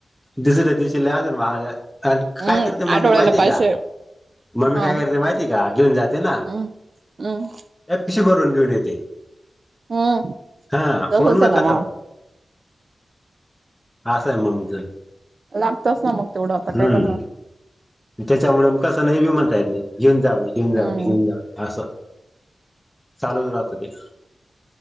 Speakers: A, in the centre; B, on the right (about 45°).
A: दुसऱ्या दिवशी लय असून मागा आणि
B: हम्म
A: काय ते मम्मी
B: आठवड्याला
A: माहिती आहे
B: पाचशे
A: का? मम्मी
B: हा
A: काय करते माहिती का? घेऊन जाते ना
B: हम्म हम्म
A: पिशवी भरून घेऊन येते.
B: हम्म
A: हा
B: तसच
A: पूर्ण
B: आहे ना
A: खतम
B: मग
A: आस आहे मम्मीच.
B: लागतच ना मग तेवढ आता
A: हम्म
B: काय करणार.
A: त्याच्यामुळे म कस नाही ब म्हणता येत नाही‌. घेऊन जा बयी घेऊन जा
B: हम्म.
A: बयी घेऊन जा बयी अस चालूच राहत ते.